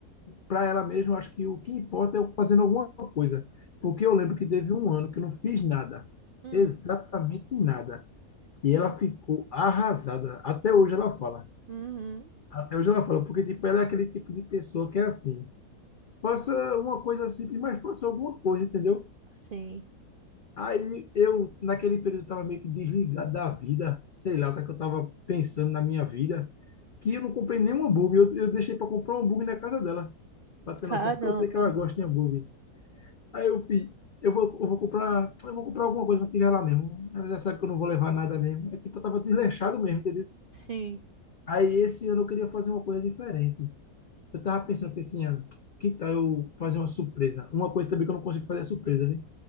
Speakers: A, on the left; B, on the right.
A: para ela mesma, eu acho que o que importa é eu fazendo alguma coisa. Porque eu lembro que teve um ano que eu não fiz nada,
B: hum,
A: exatamente nada.
B: Sim,
A: E ela ficou arrasada. Até hoje ela fala.
B: uhum.
A: Até hoje ela fala, porque tipo, ela é aquele tipo de pessoa que é assim, faça uma coisa simples, mas faça alguma coisa, entendeu?
B: sim.
A: Aí eu, naquele período, estava meio que desligado da vida, sei lá o que, é que eu estava pensando na minha vida, que eu não comprei nenhum hambúrguer, eu, eu deixei para comprar um hambúrguer na casa dela. pra ter
B: Caramba.
A: noção, porque eu sei que ela gosta de hambúrguer. Aí eu fiz, eu vou, eu vou comprar, eu vou comprar alguma coisa pra tirar lá mesmo. Ela já sabe que eu não vou levar nada mesmo. É tipo, eu tava desleixado mesmo, entendeu?
B: Sim.
A: Aí esse ano eu queria fazer uma coisa diferente. Eu tava pensando, falei assim, ah, que tal eu fazer uma surpresa? Uma coisa também que eu não consigo fazer é surpresa, viu?